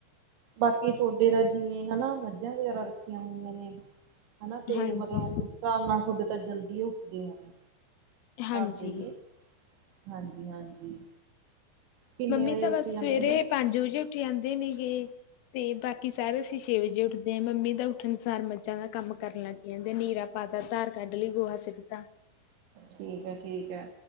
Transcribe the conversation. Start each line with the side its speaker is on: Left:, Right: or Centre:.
Right: ਬਾਕੀ ਥੋੜੇ ਤਾ ਜਿਵੇਂ ਹਨਾ, ਮੱਝਾਂ ਵਗੈਰਾ ਰੱਖੀਆਂ ਹੋਈਆਂ ਨੇ। ਹਨਾ ਤੇ,
Left: ਹਾਂਜੀ,
Right: ਮਤਲਬ ਉਸ ਹਿਸਾਬ ਨਾਲ ਤੁਹਾਡੇ ਤਾਂ ਜਲਦੀ ਉੱਠਦੇ ਹੋਣੇ।
Left: ਹਾਂਜੀ।
Right: ਆਪਦੇ ਵੇ, ਹਾਂਜੀ-ਹਾਂਜੀ। ਕਿੰਨੇ
Left: ਮੰਮੀ
Right: ਵਜੇ
Left: ਤਾਂ
Right: ਉੱਠ
Left: ਬਸ,
Right: ਜਾਂਦੇ
Left: ਸਵੇਰੇ
Right: ਨੇ
Left: ਪੰਜ ਵਜੇ ਉੱਠ ਜਾਂਦੇ ਨੇ ਗੇ। ਤੇ ਬਾਕੀ ਸਾਰੇ ਅਸੀਂ ਛੇ ਵਜੇ ਉੱਠਦੇ, ਮੰਮੀ ਦਾ ਉੱਠਣ ਸਾਰ ਮੱਝਾਂ ਦਾ ਕੰਮ ਕਰਨ ਲੱਗ ਕਹਿੰਦੇ ਨੀਰਾ ਪਾਤਾ, ਧਾਰ ਕੱਢ ਲਈ, ਗੋਹਾ ਸਿੱਟਦਾ।
Right: ਠੀਕ ਐ ਠੀਕ ਐ,